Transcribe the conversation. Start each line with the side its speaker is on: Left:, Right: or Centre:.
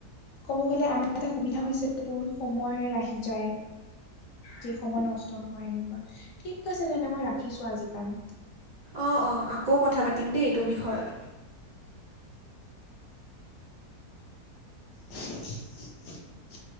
Left: ক'ব গ'লে আন এটা সুবিধা হৈছে তোৰ সময় ৰাহি যায়। যি সময় নষ্ট নহয় এনেকুৱা ঠিক আছে তেন্তে মই ৰাখিছো আজি কাৰণে।
Right: অ অ আকৌ কথা পাতিম দেই এইটো বিষয়ত
Left: <inaudible>